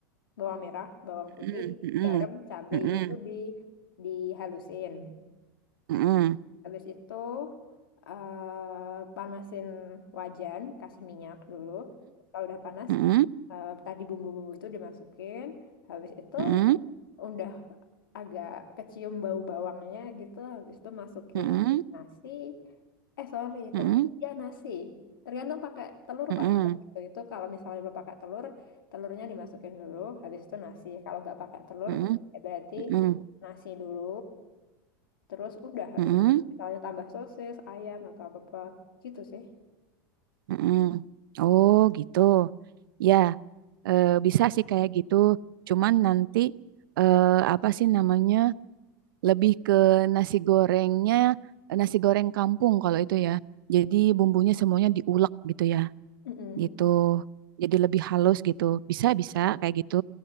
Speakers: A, on the left; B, on the right.
A: bawang merah, bawang putih,
B: Mhm, mhm,
A: garam, cabai
B: mhm,
A: itu di dihalusin.
B: mhm,
A: Habis itu eh, panasin wajan, kasih minyak dulu. Kalau udah panas,
B: mhm,
A: eh, tadi bumbu-bumbu itu dimasukin. Habis itu
B: mhm,
A: udah agak kecium bau bawangnya gitu. Habis itu masukin
B: mhm,
A: nasi. Eh sorry,
B: mhm,
A: ter
B: mhm,
A: ya nasi. Tergantung pakai telur
B: mhm,
A: pak enggak gitu. Itu kalau misalnya mau pakai telur, telurnya dimasukin dulu. Habis itu nasi. Kalau nggak pakai telur,
B: mhm,
A: ya berarti
B: mhm,
A: nasi dulu. Terus udah habis
B: mhm,
A: itu misalnya tambah sosis, ayam atau apa-apa gitu sih.
B: mhm. Oh, gitu. Ya, eh, bisa sih kayak gitu. Cuman nanti eh, apa sih namanya? Lebih ke nasi gorengnya, nasi goreng kampung kalau itu ya. Jadi bumbunya semuanya diulek gitu ya.
A: Mm-mm.
B: gitu. Jadi lebih halus gitu. Bisa bisa kayak gitu.